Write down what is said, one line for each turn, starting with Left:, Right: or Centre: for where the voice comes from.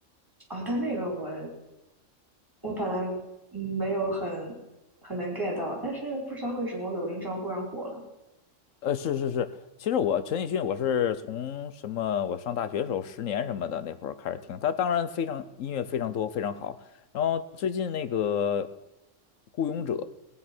Right: 啊，但那个我。我本来嗯没有很很能 get 到，但是不知道为什么我抖音上忽然火了，
Left: 呃，是是是，其实我陈奕迅我是从什么，我上大学的时候十年什么的那会儿开始听，他当然非常音乐非常多，非常好。然后最近那个《孤勇者》，